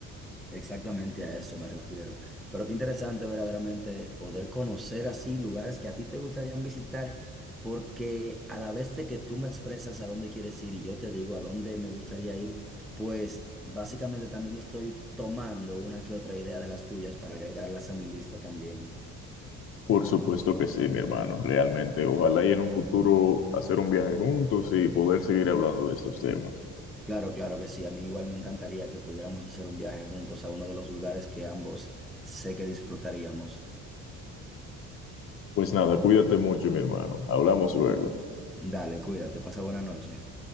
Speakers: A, in the centre; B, on the left.
A: Exactamente a eso me refiero. Pero qué interesante verdaderamente poder conocer así lugares que a ti te gustarían visitar, porque a la vez de que tú me expresas a dónde quieres ir y yo te digo a dónde me gustaría ir, pues básicamente también estoy tomando una que otra idea de las tuyas para agregarlas a mi lista también.
B: Por supuesto que sí, mi hermano, realmente. Ojalá y en un futuro hacer un viaje juntos y poder seguir hablando de estos temas.
A: Claro, claro que sí. A mí igual me encantaría que pudiéramos hacer un viaje juntos a uno de los lugares que ambos sé que disfrutaríamos.
B: Pues nada, cuídate mucho, mi hermano. Hablamos luego.
A: Dale, cuídate, pasa buena noche.